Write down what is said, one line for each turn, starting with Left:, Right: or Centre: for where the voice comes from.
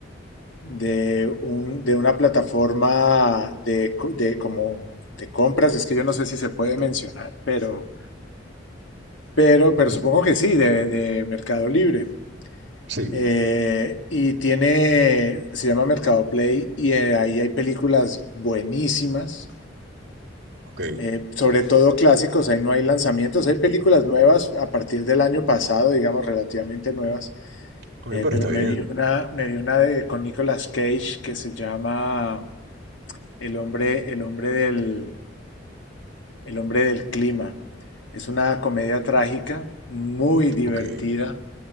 Left: de un, de una plataforma de, co- de como de compras, es que yo no sé si se puede mencionar, pero, pero, pero
Right: Mm,
Left: supongo que sí, de, de Mercado Libre.
Right: Sí,
Left: Eh, y tiene, se llama Mercado Play y eh, ahí hay películas buenísimas,
Right: ok.
Left: eh, sobre todo clásicos, ahí no hay lanzamientos, hay películas nuevas a partir del año pasado, digamos, relativamente nuevas,
Right: Ok,
Left: eh,
Right: pero
Left: pero
Right: está
Left: me
Right: bien.
Left: vi una, me vi una de, con Nicolas Cage que se llama El hombre, el hombre del, el hombre del clima. Es una comedia trágica, muy divertida.
Right: Ok.